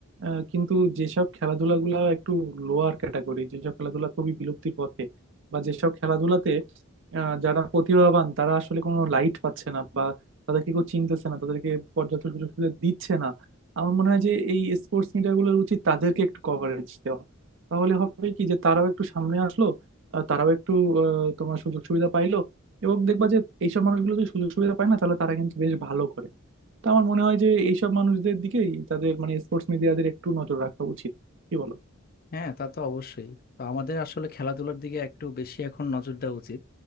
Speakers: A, on the right; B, on the left.
A: আহ, কিন্তু যেসব খেলাধুলাগুলো একটু লোয়ার ক্যাটাগরি যেসব খেলাধুলা খুবই বিলুপ্তির পথে বা যেসব খেলাধুলাতে আহ, যারা প্রতিভাবান তারা আসলে কোনো লাইট পাচ্ছে না বা তাদেরকে কেউ চিনতেছে না তাদেরকে পর্যাপ্ত সুযোগ সুবিধা দিচ্ছে না আমার মনে হয় যে এই স্পোর্টস মিডিয়াগুলোর উচিত তাদেরকে একটু কভারেজ দেওয়া তাহলে হবে কি যে তারাও একটু সামনে আসলো আহ, তারাও একটু আহ, তোমার সুযোগ সুবিধা পাইলো এবং দেখবা যে এইসব মানুষগুলো যদি সুযোগ সুবিধা পায় না তাহলে তারা কিন্তু বেশ ভালো করে তো আমার মনে হয় যে এইসব মানুষদের দিকেই তাদের মানে স্পোর্টস মিডিয়াদের একটু নজর রাখা উচিত কি বলো
B: হ্যাঁ তা তো অবশ্যই তো আমাদের আসলে খেলাধুলার দিকে একটু বেশি এখন নজর দেওয়া উচিত